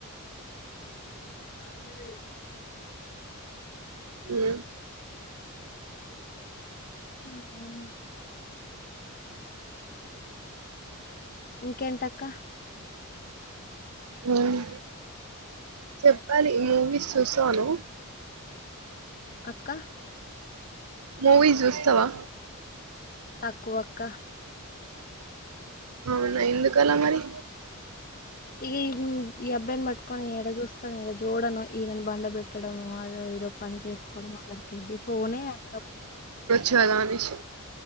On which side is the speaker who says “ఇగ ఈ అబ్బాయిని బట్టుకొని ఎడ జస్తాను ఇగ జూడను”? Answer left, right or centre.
Left